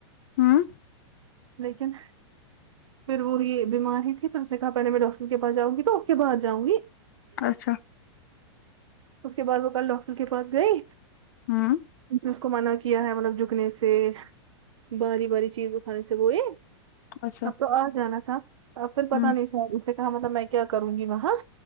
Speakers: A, on the left (about 40°); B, on the right (about 90°).
A: ہوں
B: لیکن پھر وہ یہ بیمار ہی تھی پھر اس نے کہا پہلے میں ڈاکٹر کے پاس جاؤں گی تو اس کے بعد جاؤں گی
A: اچھا
B: اس کے بعد وہ کل ڈاکٹر کے پاس گئی
A: ہوں
B: اس کو منع کیا ہے مطلب جھکنے سے باری باری چیز ا ٹھانے سے وہ یہ
A: اچھا
B: اب تو آ جانا تھا اب پھر پتا
A: ہوں
B: نہیں شاید اس نے کہا مطلب میں کیا کروں گی وہاں